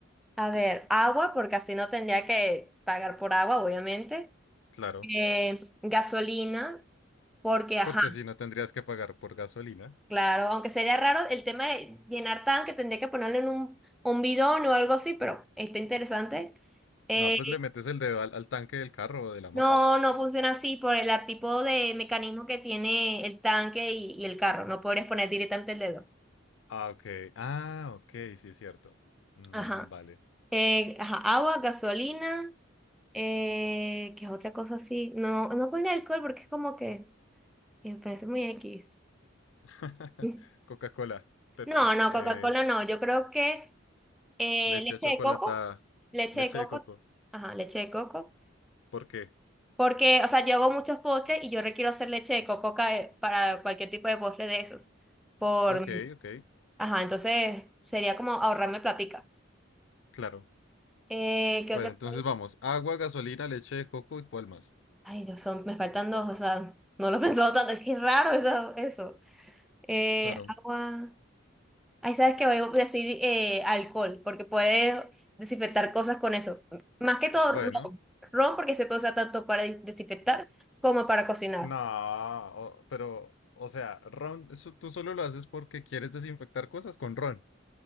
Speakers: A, in the centre; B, on the left (about 70°).
A: A ver, agua, porque así no tendría que pagar por agua, obviamente.
B: Claro,
A: Eh, gasolina. Porque, ajá,
B: porque así no tendrías que pagar por gasolina.
A: Claro, aunque sería raro el tema de llenar tanque, tendría que ponerlo en un, un bidón o algo así, pero está interesante. Eh,
B: No, pues le metes el dedo al, al tanque del carro o de la
A: no,
B: moto.
A: no funciona así por el tipo de mecanismo que tiene el tanque y, y el carro. No podrías poner directamente el dedo.
B: Ah, ok. Ah, ok, sí es cierto. Mm,
A: Ajá.
B: vale.
A: Eh, ajá, agua, gasolina, eh, ¿qué es otra cosa así? No, no pone alcohol porque es como que me parece muy X.
B: <laughs>
A: <laughs>
B: Coca-Cola, Pepsi,
A: No, no,
B: eh,
A: Coca-Cola no. Yo creo que Eh,
B: leche
A: leche
B: chocolatada,
A: de coco, leche
B: leche
A: de coco,
B: de coco.
A: ajá, leche de coco.
B: ¿Por qué?
A: Porque, o sea, yo hago muchos postres y yo requiero hacer leche de coco ca- eh, para cualquier tipo de postre de esos. Por,
B: Ok, ok,
A: ajá, entonces sería como ahorrarme platica.
B: claro.
A: Eh, ¿qué
B: Bueno,
A: otra cosa?
B: entonces vamos. Agua, gasolina, leche de coco y cuál más.
A: Ay, Dios, son, me faltan dos, o sea, no lo he <laughs> pensado tanto, es que es raro eso, eso. Eh,
B: Claro.
A: agua. Ahí sabes que voy a decir eh, alcohol, porque puedes desinfectar cosas con eso. Más que todo
B: Bueno.
A: ron. Ron porque se puede usar tanto para dis- desinfectar como para cocinar.
B: No, o- pero, o sea, ron, eso tú solo lo haces porque quieres desinfectar cosas con ron.